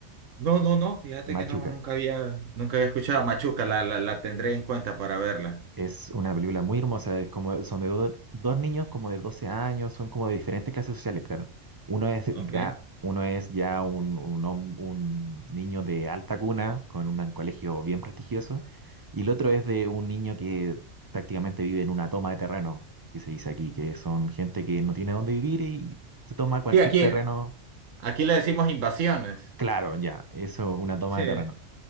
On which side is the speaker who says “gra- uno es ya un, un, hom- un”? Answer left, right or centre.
Right